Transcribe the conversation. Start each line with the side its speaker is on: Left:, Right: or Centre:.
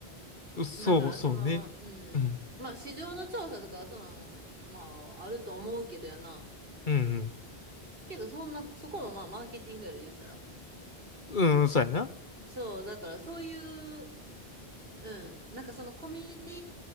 Left: うん、そう、
Right: だから、
Left: そうね。
Right: その、う
Left: うん、
Right: ん。まあ、市場の調査とかは、その、まあ、あると思うけどやな。
Left: うん、
Right: けど、そんな、そこもまあ、マーケティングやろ、言ったら。
Left: うん、うん、そうやな。
Right: そう、だから、そういう、うん。なんかそのコミュニテ